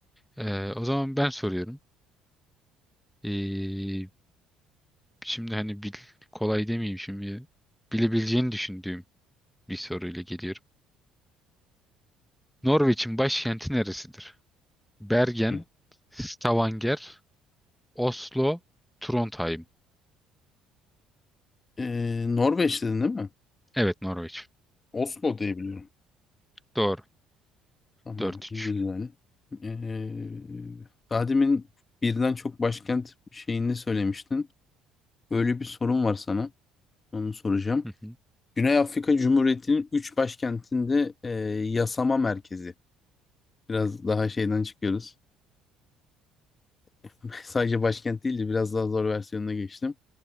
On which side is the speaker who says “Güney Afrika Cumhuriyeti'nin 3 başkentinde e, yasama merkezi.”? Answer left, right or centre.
Left